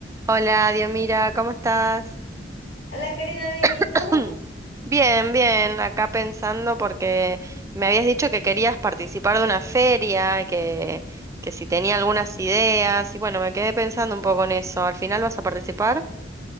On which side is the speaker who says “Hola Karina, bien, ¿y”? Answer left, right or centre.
Left